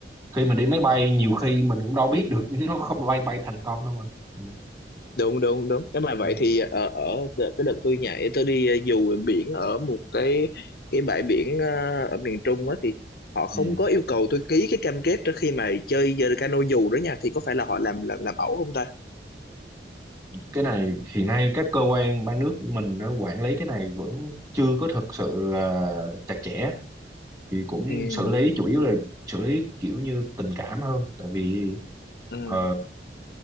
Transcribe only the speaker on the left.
đúng đúng đúng nếu mà
vậy
thì ở, ở đợt- cái đợt tôi nhảy tôi đi ờ, dù biển ở một cái cái bãi biển ờ, ở miền Trung á thì họ không
có yêu cầu tôi ký cái cam kết trước khi mà chơi ờ, cano dù đó nha thì có phải là họ làm làm làm ẩu không ta
ừ
ừ